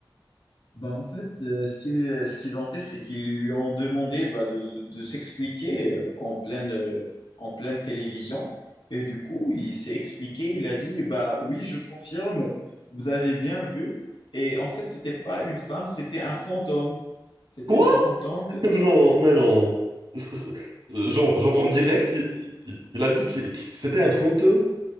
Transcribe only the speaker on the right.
Quoi?
<laughs> Non, mais non. C'est- c'est- euh, Genre, genre, en direct, il, il- il a dit que que c'était un fantôme.